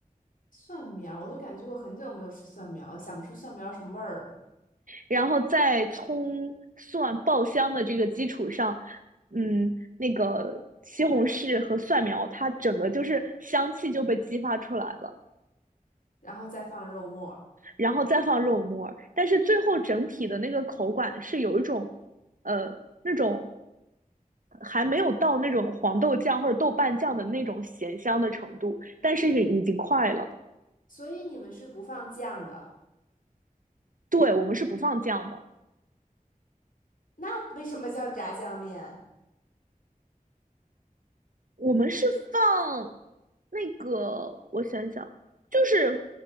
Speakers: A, on the left; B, on the right.
A: 蒜苗儿我都感觉我很久没有吃蒜苗了，想不出蒜苗儿什么味儿了，
B: 然后在葱蒜爆香的这个基础上，嗯，那个西红柿和蒜苗它整个就是香气就被激发出来了，
A: 然后再放肉末儿
B: 然后再放肉末儿但是最后整体的那个口感是有一种，呃，那种还没有到那种黄豆酱或者豆瓣酱的那种咸香的程度，但是已经快了。
A: 所以你们是不放酱的。
B: 对，我们是不放酱的，
A: 那为什么叫炸酱面？
B: 我们是放那个，我想想，就是